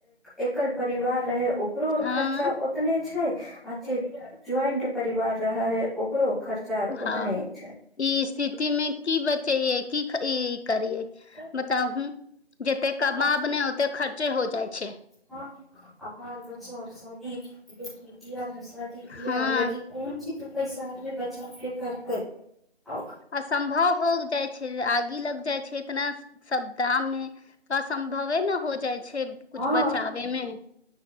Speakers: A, in the centre; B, on the left (about 75°).
A: एकल परिवार रहै कोर
B: हँ
A: खर्चा ओतने छै अच्छे ज्वाइंट परिवार रहा है ओकरो खर्चा
B: हँ
A: ओतने छै
B: ई स्थिति मे की बता च क ई ई करिये
A: तब
B: बताहुू जते
A: हँ
B: कमाब नहि ओते खर्चे हो जाइ छै
A: हँ आ बाल बच्चार शादी बेटी बआाह शादी
B: हँ
A: बिाह लगी कोन ची दू पैसा आदमी बचाव के करते आओ
B: असम्भव हो जाइ छै आग ी लग जाइ छै इतना सब दाम मे असम्भवे ने हो जाइ छै कुछु
A: हँ
B: बचाबे मे